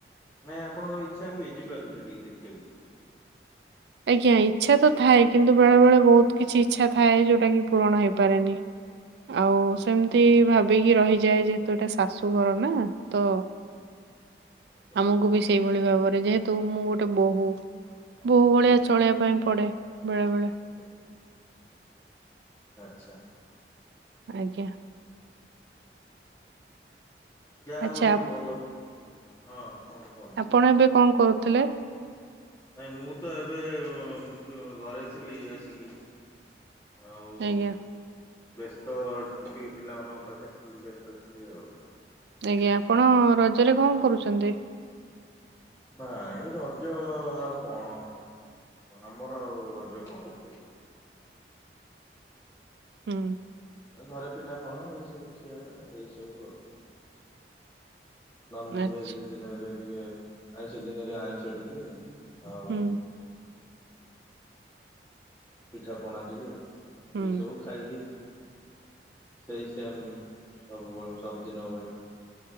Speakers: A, on the left; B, on the right.
A: ନାଇଁ ଆପଣଙ୍କର ଇଚ୍ଛା ହୁଏ ଯିବାକୁ ସେଠିକି ଦେଖିବାକୁ।
B: ଆଜ୍ଞା ଇଚ୍ଛା ତ ଥାଏ କିନ୍ତୁ ବେଳେ ବେଳେ ବହୁତ କିଛି ଇଚ୍ଛା ଥାଏ ଯୋଉଟା କି ପୂରଣ ହେଇପାରେନି। ଆଉ ସେମିତି
A: ଆଚ୍ଛା
B: ଭାବିକି ରହିଯାଏ ଯେହେତୁ ଏଇଟା ଶାଶୁଘର ନା ତ।
A: ଆଜ୍ଞା
B: ଆମକୁ ବି ସେଇଭଳି ଭାବରେ ଯେହେତୁ ମୁଁ ଗୋଟେ ବୋହୂ ବୋ
A: ଆଜ୍ଞା
B: ହୁଁ ଭଳିଆ ଚଳିବା ପାଇଁ ପଡେ ବେଳେ ବେଳେ।
A: ଆଜ୍ଞା ଆଜ୍ଞା। ଆଚ୍ଛା।
B: ଆଜ୍ଞା।
A: ଯାହା
B: ଆଚ୍ଛା
A: ହଉ ଗୋଟେ
B: ଆପ-
A: ଭଲ ହଁ କଣ କୁହନ୍ତୁ।
B: ଆପଣ ଏବେ କଣ କରୁଥିଲେ।
A: ନାଇଁ ମୁଁ ତ ଏବେ ଏଁ ଘରେ ଥିଲି ଆସିକି। ଆଉ
B: ଆଜ୍ଞା
A: ବ୍ୟସ୍ତ ଟିକେ ପିଲାମାନଙ୍କ ପାଖେରେ ଥିଲି ବ୍ୟସ୍ତ ଥିଲି ଆଉ।
B: ଆଜ୍ଞା ଆପଣ ରଜରେ କଣ କରୁଛନ୍ତି।
A: ନାଇଁ ରଜ ଆଉ କଣ ଆମର ଆଉ ରଜ କଣ।
B: ହୁଁ।
A: ଏ ଘରେ ପିଠାପଣା ଏଇ ସବୁ ଖିଆ ଏଇ ସବୁ ଆଉ। ନନ
B: ଆଚ୍ଛା
A: ଭେଜ ଦିନରେ ଟିକେ ଆଇଁଷ ଦିନରେ ଆଇଁଷ ଟିକେ ଆଉ।
B: ହୁଁ
A: ପିଠା ପଣା ଟିକେ
B: ହୁଁ।
A: ଏଇ ସବୁ ଖାଇକି। ସେଇ ସେମ ସବୁବେଳେ ସବୁଦିନ ଭଳି